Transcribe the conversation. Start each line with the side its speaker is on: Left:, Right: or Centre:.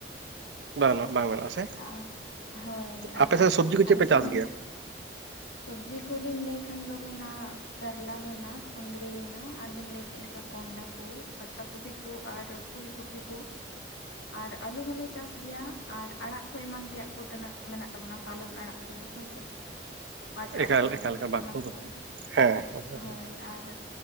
Right: ᱵᱟᱝ ᱵᱟᱝ ᱢᱮᱱᱟᱜ-ᱟ ᱥᱮ
Left: ᱟ ᱦᱳᱭ
Right: ᱟᱯᱮ
Left: ᱟᱨ
Right: ᱥᱮᱫ ᱥᱚᱵᱽᱡᱤ ᱠᱚ
Left: ᱟᱞᱮᱥᱮᱱ
Right: ᱪᱮᱫ ᱯᱮ ᱪᱟᱥ ᱜᱮᱭᱟ ᱾
Left: ᱥᱚᱵᱽᱡᱤ ᱠᱚᱞᱤᱧ ᱞᱟᱹᱭ ᱠᱷᱟᱱ ᱫᱚ ᱦᱩᱭᱱᱟ ᱠᱟᱨᱞᱟ ᱦᱩᱭᱱᱟ ᱠᱷᱩᱸᱫᱽᱨᱤ ᱦᱩᱭᱱᱟ ᱟᱨ ᱵᱮᱱ ᱞᱟᱹᱭ ᱠᱮᱫ ᱞᱮᱠᱟ ᱠᱚᱸᱦᱰᱟ ᱾ ᱠᱩ ᱯᱟᱛᱟ ᱠᱚᱯᱤ ᱠᱩ ᱟᱨ ᱯᱷᱩᱞ ᱠᱚᱯᱤ ᱠᱩ᱾ ᱟᱨ ᱟᱹᱞᱩ ᱦᱚᱸᱞᱮ ᱪᱟᱥ ᱜᱮᱭᱟ ᱟᱨ ᱾ ᱟᱲᱟᱜ ᱠᱚ ᱮᱢᱟᱱ ᱛᱮᱭᱟᱜ ᱠᱚ ᱛᱮᱱᱟᱹᱜ ᱢᱮᱱᱟᱜ ᱛᱟᱵᱚᱱᱟ ᱯᱟᱞᱚᱱ ᱟᱲᱟᱜ ᱠᱚ ᱦᱳᱭᱥᱮ ᱾ ᱯᱟᱴ
Right: ᱮᱠᱟᱞ
Left: ᱟᱲᱟᱜ ᱠᱚ
Right: ᱮᱠᱟᱞ ᱮᱠᱟᱞ ᱵᱟᱝ
Left: ᱚᱱᱟ ᱠᱚ
Right: ᱦᱮᱸ ᱦᱮᱸ
Left: ᱦᱳᱭ ᱟᱨ